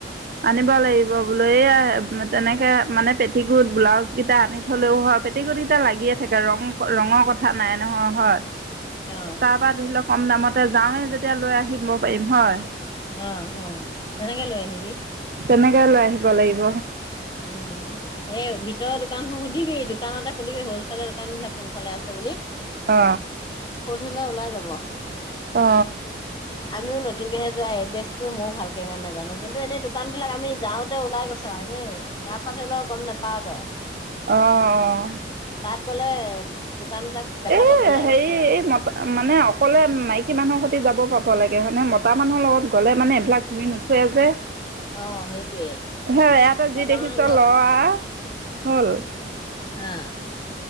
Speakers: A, on the right; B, on the left.
A: আনিব লাগিব লৈয়ে আহ তেনেকে মানে পেটিকুট ব্লাউজ কেইটা আনি থলেও হয় পেটিকুট কেইটা লাগিয়ে থাকে ৰং ৰঙৰ কথা নাই নহয় হয়
B: অ
A: তাৰপা ধৰি লওক কম দামতে যাওঁৱেই যেতিয়া লৈ আহিম পাৰিম হয়
B: অ অ তেনেকে লৈ আহিবি
A: তেনেকে লৈ আহিব লাগিব
B: উম এই ভিতৰৰ দোকানত সুধিবি দোকানতে সুধিবি হলছেলৰ দোকান বিলাক কোনফালে আছে বুলি
A: অ
B: সুধিলে ওলাই যাব
A: অ
B: আমিও নতুনকেহে যোৱা এড্ৰেছটো মো ভালকে ইমানে নাজানো কিন্তু এনে দোকান বিলাক আমি যাওঁতে ওলাই গৈছো এয়া পা ধৰি ল গম নোপাও তই
A: অ অ
B: তাত গ'লে দোকান বিলাক দেখা
A: এ
B: পাবি
A: হেৰি
B: আৰু
A: এই মতা মানে অকলে মাইকী মানুহৰ সতে যাব পাব লাগে মানে মতা মানুহৰ লগত গ'লে মানে এইবিলাক ঘূৰি নুফুৰে যে
B: অ সেইটোৱে
A: সেই ইয়াতে যি
B: মতামানুহ
A: দেখিছ
B: বিলাক
A: ল আ হ'ল
B: অ